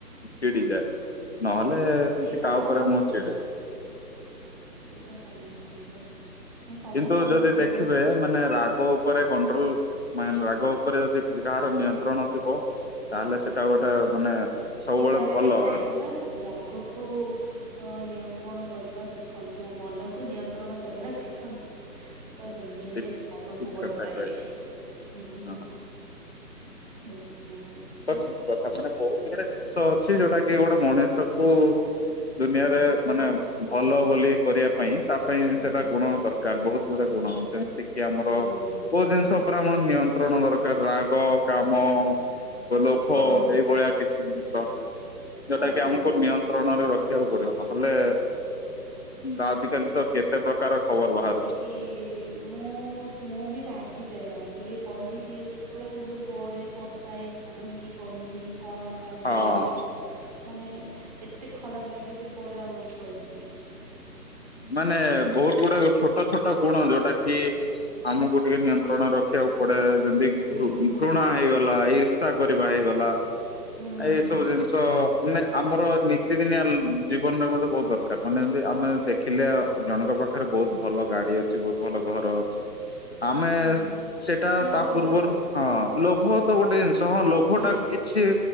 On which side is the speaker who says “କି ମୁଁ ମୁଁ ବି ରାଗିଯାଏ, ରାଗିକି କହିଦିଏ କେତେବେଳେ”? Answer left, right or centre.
Right